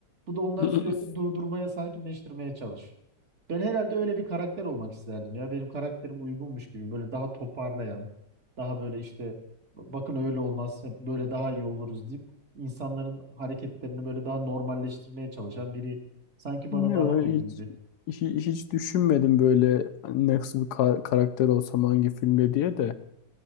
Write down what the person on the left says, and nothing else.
<laughs>
Ne
böyle
hiç,
hiç hiç düşünmedim böyle nasıl bir ka- karakter olsam hangi filmde diye de.